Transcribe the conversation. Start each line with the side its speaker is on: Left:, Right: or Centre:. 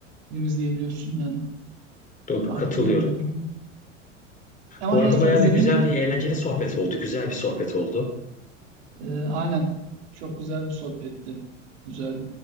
Right: film izleyebiliyorsun yani.
Left: Doğru
Right: Artık
Left: katılıyorum.
Right: öyle bir durum. Ama
Left: Bu
Right: en
Left: arada
Right: son
Left: bayağı
Right: izlediğim
Left: da güzel bir eğlenceli sohbet oldu. Güzel bir sohbet oldu.
Right: Ee, aynen. Çok güzel bir sohbetti. Güzeldi.